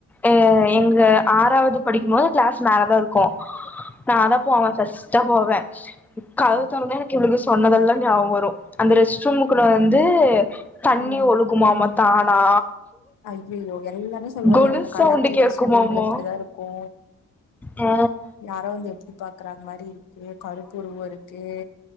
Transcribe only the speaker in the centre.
எ எங்க ஆறாவது படிக்கும் போது கிளாஸ் மேலதா இருக்கு நான்தா
போவ ஃபர்ஸ் ட்டா போவே கதவ
தொறந்தா எனக்கு இவளுக சொன்னதெல்லா ஞாபக வரு அந்த ரெஸ்ட் ரூம்க்குள்ள வந் து தண்ணி
ஒழுகுமாமா தானா
கொலுசு
சவுண்டு கேக்குமாமா
ஆ